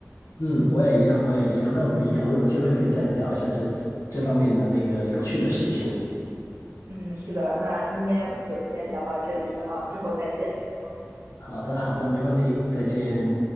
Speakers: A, on the left (about 80°); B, on the right (about 55°).
A: 嗯，我也一样，我也一样。那我们以后有机会可以再聊一下这这方面的那个有趣的事情。
B: 嗯，是的，那今天我们就先聊到这里，呃，之后再见。嗯
A: 好的，好的，没问题，再见。